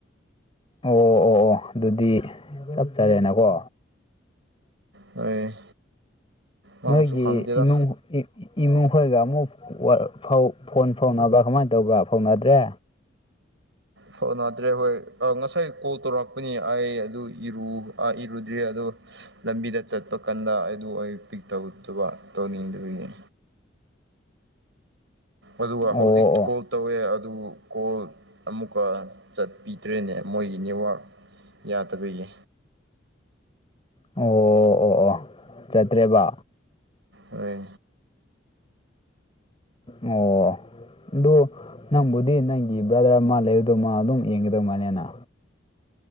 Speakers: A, on the left; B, on the right.
A: ꯑꯣ ꯑꯣ ꯑꯣ ꯑꯗꯨꯗꯤ ꯆꯞꯆꯔꯦꯅꯀꯣ
B: ꯍꯣꯏ ꯃꯥꯕꯨꯁꯨ
A: ꯅꯣꯏꯒꯤ
B: ꯈꯪꯗꯦꯗ
A: ꯏꯃꯨꯡ ꯏꯃꯨꯡ ꯈꯣꯏꯒ ꯑꯃꯨꯛ ꯐꯧ ꯐꯣꯟ ꯐꯥꯎꯅꯕ꯭ꯔꯥ ꯀꯃꯥꯏ ꯇꯧꯕ꯭ꯔꯥ ꯐꯥꯎꯅꯗ꯭ꯔꯦ
B: ꯐꯅꯗ꯭ꯔꯦ ꯍꯣꯏ ꯉꯁꯥꯏ ꯀꯣꯜ ꯇꯧꯔꯛꯄꯅꯤ ꯑꯩ ꯑꯗꯨ ꯏꯔꯨ ꯏꯔꯨꯗ꯭ꯔꯤ ꯑꯗꯣ ꯂꯝꯕꯤꯗ ꯆꯠꯄ ꯀꯥꯟꯗ ꯑꯗꯨ ꯑꯩ ꯄꯤꯛ ꯇꯧꯗꯕ ꯇꯧꯅꯤꯡꯗꯕꯒꯤ ꯑꯗꯨꯒ
A: ꯑꯣ
B: ꯍꯧꯖꯤꯛ
A: ꯑꯣ
B: ꯀꯣꯜ ꯇꯧꯋꯦ ꯑꯗꯨ ꯀꯣꯜ ꯑꯃꯨꯛꯀ ꯆꯠꯄꯤꯗ꯭ꯔꯦꯅꯦ ꯃꯣꯏꯒꯤ ꯅꯦꯠꯋꯥꯛ ꯌꯥꯗꯕꯒꯤ
A: ꯑꯣ ꯑꯣ ꯑꯣ ꯆꯠꯇ꯭ꯔꯦꯕ
B: ꯍꯣꯏ
A: ꯑꯣ ꯑꯗꯨ ꯅꯪꯕꯨꯗꯤ ꯅꯪꯒꯤ ꯕ꯭ꯔꯗꯔ ꯃꯥ ꯂꯩꯕꯗꯣ ꯃꯥ ꯑꯗꯨꯝ ꯌꯦꯡꯒꯗꯧ ꯃꯥꯜꯂꯅ